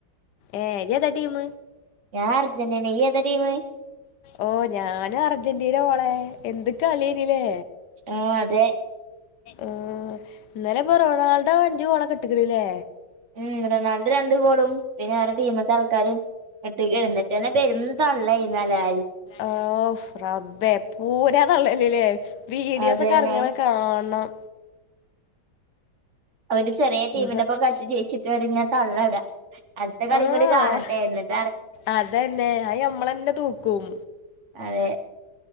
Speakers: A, on the left; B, on the right.
A: ഏഹ് ഇയ് ഏതാ ട്ടീം?
B: ഞാൻ അർജന്റീന ഇയ് ഏതാ ടീം?
A: ഓ ഞാനും അർജന്റീന മോളെ. എന്ത് കളിയെനിലെ
B: ആഹ് അതെ
A: ആഹ് ഇന്നലെ ഇപ്പൊ റൊണാൾഡോ അഞ്ച് ഗോളക്ക ട്ടിക്കിണല്ലേ
B: ഉം റൊണാൾഡ് രണ്ട് ഗോളും, പിന്നെ വറെ ടീമത്തെ ആൾക്കാരും എട്ട കിടുന്നിട്ട്ന്നെ പെരും തള്ളായിരുന്നുല്ലാരും
A: ഓ റബ്ബേ പൂരാ തള്ളലല്ലേ! വീഡോസൊക്കെറങ്ങണ
B: അതന്നെ
A: കാണണം
B: അവര് ചെറിയ ടീമിനൊപ്പ
A: ഇനിപ്പ
B: കളിച്ച് ജയിച്ചിട്ടും ഒരുങ്ങ തള്ളടാ. അടുത്ത കളിയും
A: ആഹ്
B: കൂടി കാണട്ടെ ന്നട്ട്
A: അതന്നെ അയ് മ്മളന്നെ തൂക്കും
B: അതെ